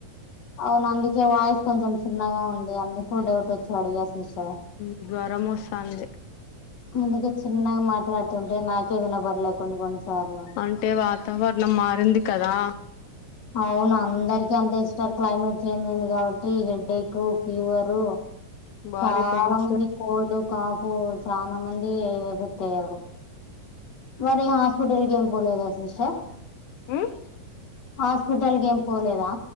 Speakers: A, on the left; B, on the left.
A: అవును అందుకే వాయిస్ కొంచెం చిన్నగా ఉంది. అందుకు డౌట్ వోచ్చి అడిగా సిస్టర్
B: ఉ జ్వరం ఒస్తాంధీ.
A: అందుకే చిన్నగ మాట్లాడుతుంటే నాకే వినపడలే కొన్ని కొన్నిసార్లు.
B: అంటే వాతావరణం మారింది కదా
A: అవును అందరికిీ అంత ఇష్టారు క్లైమేట్ చేంజ్ అయింది కాబట్టి హెడ్ ఎక్ ఫీవరు
B: బాడీ
A: చాలా
B: పెయిన్స్
A: మంది కోల్డ్ కాఫ్ చాలా మంది ఎఫెక్ట్ అయ్యారు మరి హాస్పిటల్ కి ఏం పోలేదా సిస్టర్
B: ఆమ్
A: హాస్పిటల్ కి ఏం పోలేదా